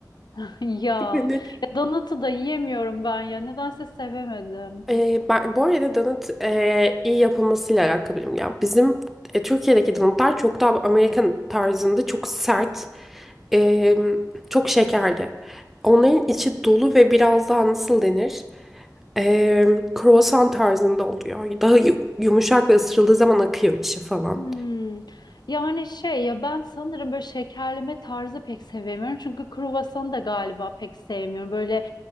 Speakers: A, on the left; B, in the centre.
A: <laughs> Ya,
B: Hani,
A: ya donatı da yiyemiyorum ben ya. Nedense sevemedim.
B: e, ben, bu arada donut e, iyi yapılmasıyla alakalıyım ya. Bizim e, Türkiye'deki donutlar çok daha Amerikan tarzında çok sert, e, çok şekerli. Onların içi dolu ve biraz daha nasıl denir? E, kruvasan tarzında oluyor. Daha yu- yumuşak ve ısırıldığı zaman akıyor içi falan.
A: Hmm. Yani şey ya ben sanırım böyle şekerleme tarzı pek sevemiyorum. Çünkü kruvasanı da galiba pek sevmiyorum. Böyle